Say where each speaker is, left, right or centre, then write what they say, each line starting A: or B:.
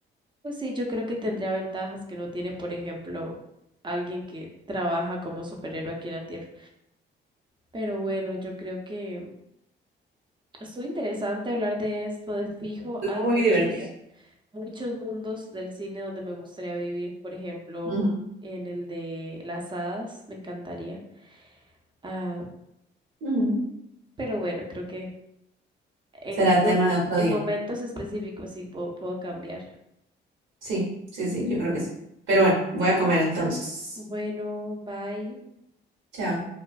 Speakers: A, on the right (about 25°); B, on the right (about 80°).
A: Pues sí, yo creo que tendría ventajas que no tiene, por ejemplo, alguien que trabaja como superhéroe aquí en la Tierra. Pero bueno, yo creo que estuvo interesante hablar de esto, de fijo.
B: Estuvo
A: Hay muchos,
B: muy divertido.
A: muchos mundos del cine donde me gustaría vivir. Por ejemplo,
B: Ujú.
A: en el de las hadas, me encantaría. Ah,
B: Ujú.
A: pero bueno, creo que en,
B: Será
A: en
B: tema
A: un-
B: de otro
A: en
B: día.
A: momentos específicos sí puedo, puedo cambiar.
B: Sí, sí, sí, yo creo que sí. Pero bueno, voy a comer entonces.
A: Bueno, bye.
B: Chao.